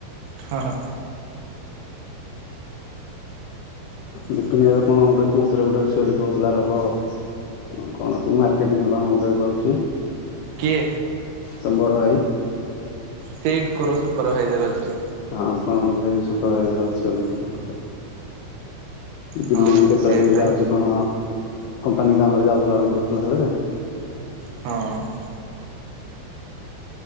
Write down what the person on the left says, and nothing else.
ବିପିନି ଏବେ କଣ ଗୋଟେ କୋଉଥିରେ ଗୋଟେ ଅଛି ବୋଲି କହୁଥିଲା ରହ। ହଁ କଣ କୋ ମାର୍କେଟିଂ କଣ ଗୋଟେ କରୁଛି।
ତମ ଭାଭ।
ହଁ କଣ ଏ ସୁପରଭାଇଜର ଅଛି ବୋଲି ଲର
ଦିଲ୍ଲୀ ବି କେତେବେଳେ
କେମତି
ଯାଉଛି କଣ? କମ୍ପାନୀ କାମରେ ଯାଉଥିଲା ବୋଲି କହୁଥିଲା ହେଲେ